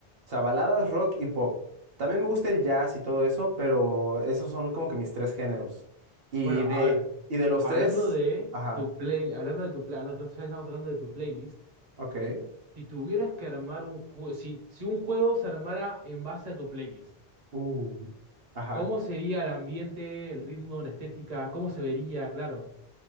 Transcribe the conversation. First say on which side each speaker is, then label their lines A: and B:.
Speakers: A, on the right; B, on the right.
A: O sea, baladas, rock y pop. También me gusta el jazz y todo eso, pero esos son como que mis tres géneros. Y
B: Bueno,
A: de,
B: a ver,
A: y de los
B: hablando
A: tres,
B: de
A: ajá,
B: tu play, hablando de tu play, ya que estamos hablando de tu playlist,
A: ok,
B: Si tuvieras que armar un juego, si, si un juego se armara en base a tu playlist,
A: uy, ajá,
B: ¿cómo sería el ambiente, el ritmo, la estética? ¿Cómo se vería? Claro.